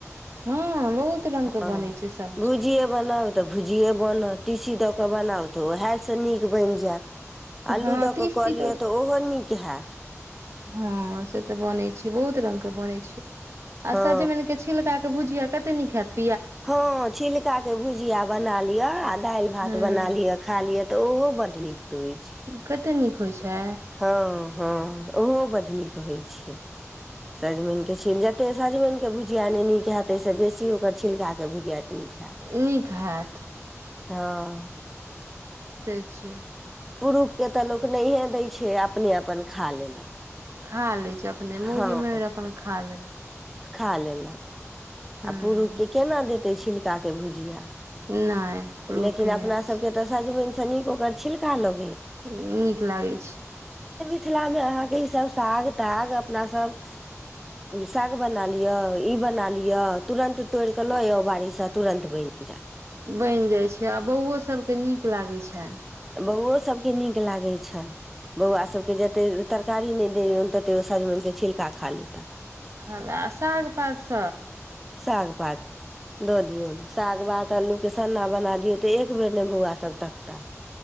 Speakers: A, on the right; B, in the centre.
A: हँ। बहुत रंग
B: हँ
A: के बनै छै सब्जी
B: भुजिए बनाउ तऽ भुजिए बनत तीसी दऽ कऽ बनाउ तऽ उएहसँ नीक बनि जायत आलू
A: हँ
B: दऽ
A: तीसी
B: कऽ कऽ लियअ तऽ ओहो नीक। के हथ।
A: हँ से तऽ बनै छै बहुत रंगग के बनै छै। आशा
B: हँ
A: जे म कि छलक। भुजिया कते न खत।
B: हँ छिलकाके भुजिया बना लिअ आ दालि भात
A: हूँ
B: बना लिअ खा लिअ तऽ ओहो बड्ड नीक हो हो छै।
A: कते नीक होइ छै
B: हँ। हँ ओहो बड नीक होय छै सजमनि के छीिल जते सजमनि के भुजिया ने नीक हयत से बेसी ओकर छिलका के भुजिया। नीक हैत
A: नीक हैत।
B: हँ।
A: से छैियै।
B: पुरुषके तऽ लोक नहिए दै छै अपने अपन खा लेलक।
A: खा ले छै अपने मूगी
B: हँ
A: मेर अपन खा लेना।
B: खा लेल ल।
A: हूँ
B: आ पुरुष के केना देता। ते छिलका के भुजिया।
A: नहि। रूहके
B: लेकिन
A: नहि
B: अपना
A: दै
B: सबके तऽ सजमन। सनीे ओगकर छिलका लो।
A: नीक लागै छै।
B: मिथिला मे अहाँके ई सब साग ताग अपना सब। साग बना लियअ इ बना लियअ तुरंत तोड़ के लऽ यऔ। बुआड़ीसँ तुरन्त बनि जायत।
A: बनि जाय छै आ बौओ सब के नीक लागे छनि।
B: बौओ सबके नीक लागे छनि बौआ सबके जते तरकारी नहि देौन तते ओ सजमनि के छिलका खा लेता।
A: ख ल अ ह ग पास। त।
B: सागपात। धऽ दियौ साग भात आलू के सन्ना बना दियौ तऽ एक बेर ने बौआ सब तकता।